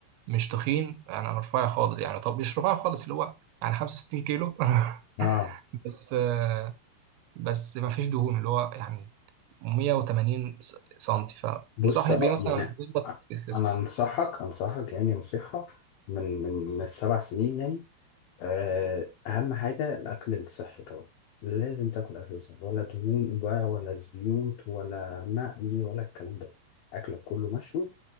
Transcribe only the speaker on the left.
اه
بص اه
يعني
انا انصحك انصحك يعني نصيحة من من من السبع سنين يعني آه اهم حاجة الاكل الصحي طبعا لازم تاكل اكل صحي ولا دهون بقى ولا زيوت ولا مقلي ولا الكلام ده اكلك كله مشوي